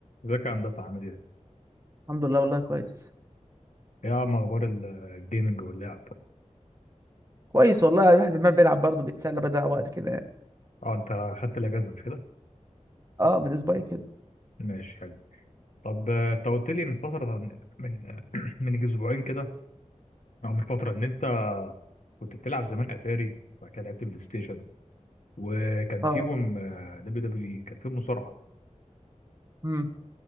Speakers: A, on the left; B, on the right.
A: ازيك يا هندسة عامل ايه؟
B: الحمد لله والله كويس
A: ايه عم اخبار ال- الجيمنج واللعب؟
B: كويس والله يعني الواحد ما بيلعب برضه بيتسلى بدأ وقت كده يعني
A: اه انت خدت الاجازة مش كده؟
B: اه من اسبوعين كده
A: ماشي حلو طب آه، انت قلت لي من فترة من آه، <clears throat> من اسبوعين كده او من فترة ان انت كنت بتلعب زمان اتاري وبعد كده لعبت بلاي ستيشن وكان فيهم
B: اه
A: دبليو دبليو اي كان فيهم مصارعة
B: امم